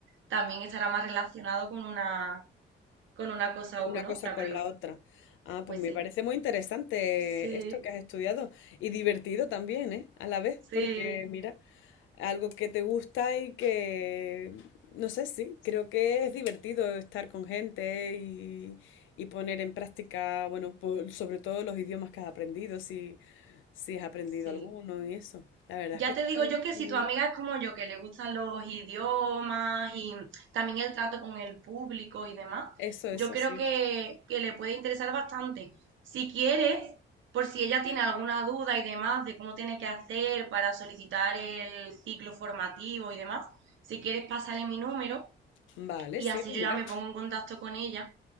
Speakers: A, on the right; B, on the left.
A: también estará más relacionado con una, con una cosa o
B: una
A: con
B: cosa
A: otra,
B: con
A: pero
B: la otra. Ah, pues
A: pues
B: me
A: sí,
B: parece muy interesante
A: sí,
B: esto que has estudiado y divertido también, ¿eh? A la vez,
A: sí,
B: porque mira, algo que te gusta y que, no sé, sí, creo que es divertido estar con gente y, y poner en práctica, bueno, po- sobre todo los idiomas que has aprendido, si, si has aprendido
A: sí.
B: alguno y eso. La verdad
A: Ya
B: es que está-
A: te digo yo que si tu amiga es como yo, que le gustan los idiomas y también el trato con el público y demás,
B: eso, eso
A: yo creo
B: sí.
A: que, que le puede interesar bastante. Si quieres, por si ella tiene alguna duda y demás de cómo tiene que hacer para solicitar el ciclo formativo y demás, si quieres pasarle mi número
B: Vale,
A: y
B: sí,
A: así
B: pues
A: yo
B: mira,
A: ya me pongo en contacto con ella